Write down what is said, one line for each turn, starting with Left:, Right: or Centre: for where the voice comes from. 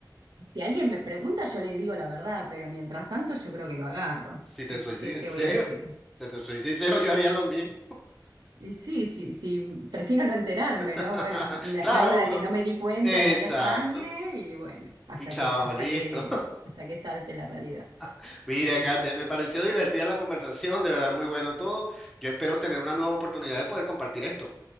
Right: Si alguien me pregunta, yo le digo la verdad, pero mientras tanto yo creo que lo agarro.
Centre: si
Right: ¿Qué,
Centre: te
Right: es-
Centre: soy
Right: qué
Centre: sincero,
Right: te voy a decir?
Centre: si te soy sincero, yo haría lo mismo.
Right: Y sí, sí, sí, prefiero no enterarme,
Centre: <laughs>
Right: ¿no? Bueno, me,
Centre: Claro,
Right: me hago la
Centre: uno.
Right: que no me di cuenta
Centre: Exacto.
Right: que había sangre y bueno, hasta
Centre: Y chao,
Right: que, hasta
Centre: listo.
Right: que, hasta que salte la realidad.
Centre: <laughs> Mira, Kate, me pareció divertida la conversación, de verdad, muy bueno todo. Yo espero tener una nueva oportunidad de poder compartir esto.